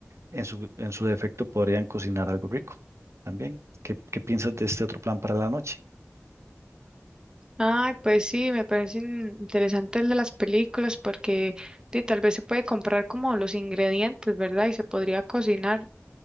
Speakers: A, on the right; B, on the right.
A: en su, en su defecto podrían cocinar algo rico también. ¿Qué, qué piensas de este otro plan para la noche?
B: Ay, pues sí, me parecen interesantes el de las películas porque sí, tal vez se puede comprar como los ingredientes, ¿verdad? Y se podría cocinar.